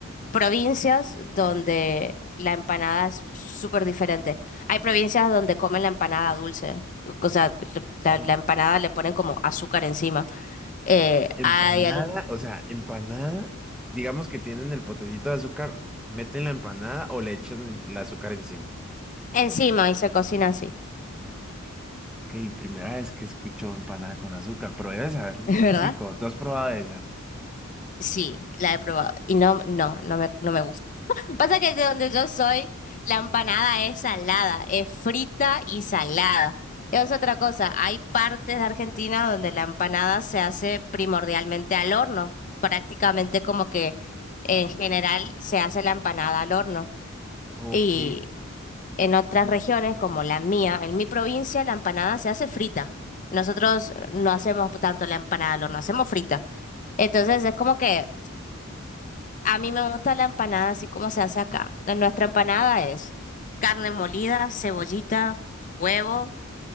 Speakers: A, on the left; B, in the centre.
A: provincias donde la empanada es súper diferente. Hay provincias donde comen la empanada dulce. O sea, la,
B: O
A: la empanada le ponen como azúcar encima. Eh,
B: empanada,
A: hay al-
B: o sea, empanada, digamos que tienen el potecito de azúcar, meten la empanada o le echan el azúcar encima.
A: encima y se cocina así,
B: Ok, primera vez que escucho empanada con azúcar, pero debe saber ri-
A: <laughs> ¿verdad?
B: rico. ¿Tú has probado esa?
A: Sí, la he probado. Y no, no, no me, no me gusta. Pasa que de donde yo soy, la empanada es salada, es frita y salada. Es otra cosa, hay partes de Argentina donde la empanada se hace primordialmente al horno, prácticamente como que en general se hace la empanada al horno.
B: Ok.
A: Y en otras regiones como la mía, en mi provincia, la empanada se hace frita. Nosotros no hacemos tanto la empanada al horno, hacemos frita. Entonces es como que... A mí me gusta la empanada así como se hace acá. La- Nuestra empanada es carne molida, cebollita, huevo